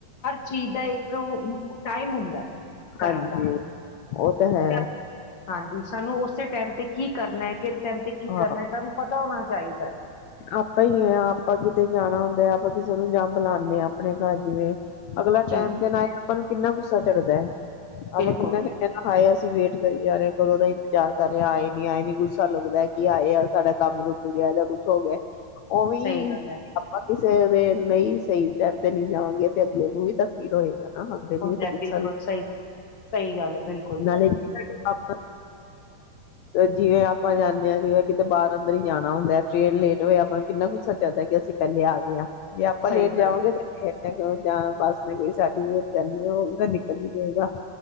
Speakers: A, on the left; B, on the left.
A: ਚੀਜ਼ ਦਾ ਇੱਕ ਇੱਕ ਉਹ ਟਾਈਮ ਹੁੰਦਾ ਐ ਕਰਨ
B: ਹਾਂਜੀ
A: ਦਾ।
B: ਉਹ ਤਾਂ ਹੈ
A: ਤੇ ਹਾਂਜੀ ਸਾਨੂੰ ਉਸੇ ਟਾਈਮ ਤੇ ਕੀ ਕਰਨਾ ਹੈ ਕਿ ਮ ਤੇ ਕੀ
B: ਹਾਂ
A: ਕਰਨਾ ਤੁਹਾਨੂੰ ਪਤਾ ਹੋਣਾ ਚਾਹੀਦਾ
B: ਆਪਾਂ ਹੀ ਆ ਆਪਾਂ ਕਿਤੇ ਜਾਣਾ ਹੁੰਦਾ ਆਪਾਂ ਕਿਸੇ ਨੂੰ ਜਾਂ ਬੁਲਾਉਦੇ ਹਾਂ ਆਪਣੇ ਘਰ ਜਿਵੇਂ ਅਗਲਾ
A: ਜੀ
B: ਟਾਈਮ ਦੇ ਨਾਲ ਹੀ ਆਪਾਂ ਨੂੰ ਕਿੰਨਾ ਗੁੱਸਾ ਚੜਦਾ ਹੈ
A: ਬਿਲਕੁਲ
B: ਆਪਾਂ ਕਿੰਨਾ ਕੁ ਖਾਆ ਅਸੀਂ ਵੇਟ ਕਰੀ ਜਾ ਰਹੇਾਂ ਕਦੋਂ ਦਾ ਇੰਤਜ਼ਾਰ ਕਰ ਰ ਹਾਂ ਆਏੀ ਆਏ ਨੀ ਗੁੱਸਾ ਲੱਗਦਾ ਕੀ ਆਏ ਆ ਸਾਡਾ ਕੰਮ ਰੁਕ ਗਿਆ ਜਾਂ ਸ ਗਗੇ ਉਹ ਵੀ
A: ਸਹੀ ਗੱਲ ਹੈ,
B: ਆਪਾਂ ਕਿਸੇ ਦੇ ਨਹੀਂ ਸਹੀ ਟਾਈਮ ਤੇ ਨਹੀਂੀ ਜਾਵਾਂਗੇ ਤੇ ਅਗਲੇ ਨੂੰ ਵੀ ਤਾਂ ਫੀਲ ਹੋਏ ਅਗਲੇ ਨੂੰ
A: ਹੁੰਦਾ
B: ਵੀ ਤਾਂ
A: ਹੈ,
B: ਗੁੱਸਾ
A: ਬਿਲਕੁਲ ਸਹੀ ਗੱਲ, ਸਹੀ ਗੱਲ ਹੈ ਬਿਲਕੁਲ।
B: ਨਾਲੇ
A: ਸਾਡੀ
B: ਆਪਾਂ ਜਿਵੇਂ ਆਪਾਂ ਜਾਂਦੇ ਹਾਂ ਕਿਤੇ ਬਾਹਰ ਅੰਦਰ ਹੀ ਜਾਣਾ ਹੁੰਦਾ ਟ੍ਰੇਨ ਲੇਟ ਹੋਇਆ ਆਪਾਂ ਨੂੰ ਕਿੰਨਾ ਗੁੱਸਾ ਚੱਲਦਾ ਕਿ ਅਸੀਂ ਪਹਿਲੇ ਆ ਗਏਾਂ ਜੇ ਆਪਾਂ
A: ਸਹੀ
B: ਲੇਟ ਜਾਵਓਗੇ
A: ਗੱਲ,
B: ਤੇ ਜਾਂ ਬੱਸ ਨੇ ਕੋਈ ਸਰਟੀਫਕੇਟ ਕਰਨੀ ਤਾਂ ਨਿਕਲ ਹੀ ਜਾਏਗਾ